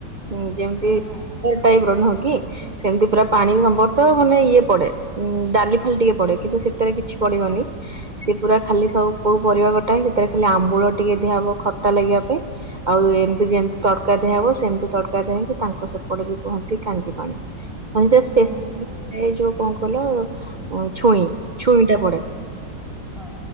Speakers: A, on the right; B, in the centre.
A: ହୁଁ ଯେମିତି
B: ହଁ ହଁ।
A: ଟାଇପ ର ନୁହଁ କି କି ସେମିତି ପୁରା ପାଣି ସମ୍ବର୍ତ ମାନେ ଇଏ ପଡେ ଉ ଡାଲି ଫାଲି ଟିକେ ପଡେ କିନ୍ତୁ ସେଥିରେ କିଛି ପଡିବନି ସେି ପୁରା ଖାଲି ସବୁ କୋଉ ପରିବା ଗଟାଏ ସେଥିରେ ଖାଲି ଆମ୍ବୁଳ ଟିକେ ଦ ଖଟା ଲାଗିବା ପାଇଁ ଆଉ ଏମିତି ଯେମିତି ତଡକା ଦିଆହବ ସେମିତି ତଡକା ଦ ହେଇକି ତାଙ୍କ ସ କଆଡେ ବି କୁହନ୍ତି କାଞ୍ଜି ପାଣି ହ ସ
B: ହଁ
A: ସ୍
B: ହଁ
A: ଏ ଯୋଉ କଣ କଲ ଛୁଇଁ ଛୁଇଁଟା ପଡ଼େ
B: ହୁଁ ହଁ